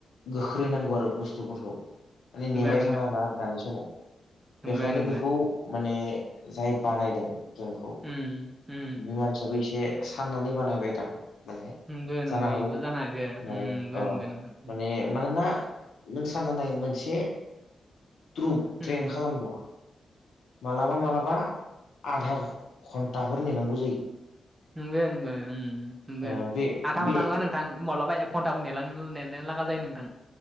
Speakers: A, on the left; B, on the right.
A: गोख्रैनांगौ आरो बुस्थुफोरखौ माने नेबाय
B: नंगौ
A: थानो हाला आरो दानि समाव
B: नंगौ
A: बेखायनो
B: नंगौ
A: बेखौ माने जाय बानायदों गेमखौ
B: उम होम
A: बे मानसियाबो एसे साननानै बानायबाय दां माने
B: नंगौ नंगौ
A: जानो
B: बेबो
A: हागौ
B: जानो हागौ नंगौ
A: माने ओ
B: नंगौ नोंथां
A: माने मानोना नों सानना नाय मोनसे ट्रु
B: नंगौ
A: ट्रें खालामदों मालाबा मालाबा आधा घन दाहर नेनांगौ जायो।
B: नोगो नोंगो ऐम नोंगो
A: ओ बे
B: आथा
A: बे
B: गनथा नङा नों था माब्लाबा एक घन्टाबोनो नेलांनो नेनो लागा जायो नोंथां।